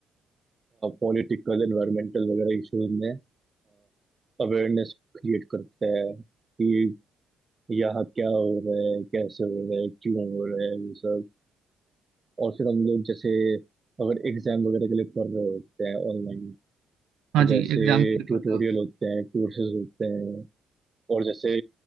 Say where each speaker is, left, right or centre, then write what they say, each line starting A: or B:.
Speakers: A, on the right; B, on the right.
A: पॉलिटिकल एनवायरमेंटल वगैरह इश्यूज में अवेयरनेस क्रिएट करता है कि यहाँ क्या हो रहा है कैसे हो रहा है क्यों हो रहा है वो सब और फिर हम लोग जैसे अगर एग्जाम वगैरह के लिए पढ़ रहे होते हैं ऑनलाइन
B: हाँ
A: तो
B: जी
A: जैसे
B: एग्जाम के लिए
A: ट्यूटोरियल
B: पढ़ रहे होते हैं
A: होते हैं कोर्सेज होते हैं और जैसे